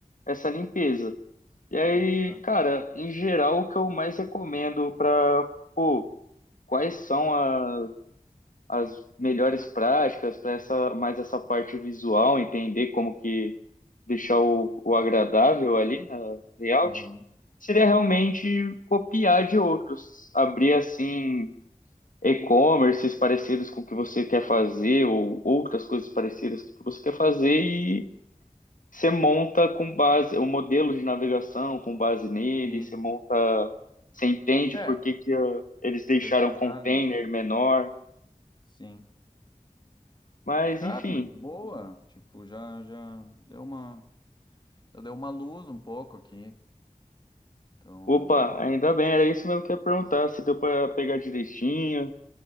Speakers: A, on the left; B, on the left.
A: essa limpeza. E aí,
B: exato.
A: cara, em geral, o que eu mais recomendo para, pô, quais são as as melhores práticas para essa mais essa parte visual, entender como que deixar o, o agradável ali na layout,
B: Uhum,
A: seria realmente copiar de outros, abrir assim e-commerces parecidos com o que você quer fazer ou outras coisas parecidas com o que você quer fazer e você monta com base o modelo de navegação com base nele,
B: Sim.
A: você monta, você entende
B: É,
A: por que que ah, eles deixaram
B: pesquisar,
A: o container
B: né?
A: menor,
B: Sim.
A: mas
B: Cara,
A: enfim,
B: mas boa. Tipo, já, já deu uma. Eu dei uma luz um pouco aqui. Então,
A: Opa, ainda bem, era isso mesmo que eu ia perguntar, se deu pra pegar direitinho.